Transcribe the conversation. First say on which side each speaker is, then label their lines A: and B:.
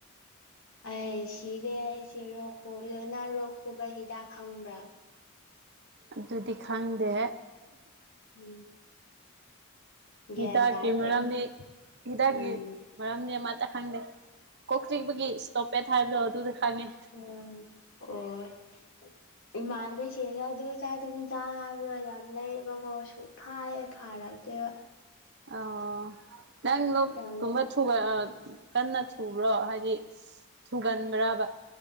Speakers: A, on the left; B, on the right.
A: ꯑꯩ ꯁꯤꯔꯦ ꯑꯩꯁꯦ ꯔꯣꯛ ꯈꯨꯕꯗꯣꯅ ꯔꯣꯛ ꯈꯨꯕ ꯍꯤꯗꯥꯛ ꯈꯪꯕ꯭ꯔꯥ
B: ꯑꯗꯨꯗꯤ ꯈꯪꯗꯦ
A: ꯎꯝ ꯒ꯭ꯌꯥꯟ
B: ꯍꯤꯇꯥꯀꯤ
A: ꯇꯥꯔꯦ
B: ꯃꯦꯗꯥꯝꯅꯤ
A: ꯎꯝ
B: ꯍꯤꯇꯥꯀꯤ
A: ꯎꯝ
B: ꯃꯔꯝꯗꯤ ꯑꯃꯠꯇ ꯈꯪꯗꯦ ꯀꯣꯛ ꯊꯤꯛꯄꯒꯤ ꯏꯁꯇꯣꯞꯄꯦꯠ ꯍꯥꯏꯕꯗꯣ ꯑꯗꯨꯗ ꯈꯪꯉꯦ
A: ꯑꯣ ꯑꯣ
B: ꯎ
A: ꯏꯃꯥꯟꯕꯤꯁꯤꯡꯅ ꯑꯗꯨ ꯆꯥꯗꯐꯝ ꯆꯥ ꯍꯥꯏꯕꯗꯣ ꯌꯥꯝ ꯂꯩꯌꯦꯕꯀꯣ ꯁꯨꯛ ꯐꯌꯦ ꯐꯔꯛꯛꯇꯦꯕ
B: ꯑꯣ ꯅꯪ ꯂ
A: ꯌꯥꯝ
B: ꯀꯨꯝꯕ ꯀꯟꯅ ꯊꯨꯕ꯭ꯔꯣ ꯍꯥꯏꯗꯤ ꯊꯨꯒꯟꯕ꯭ꯔꯕ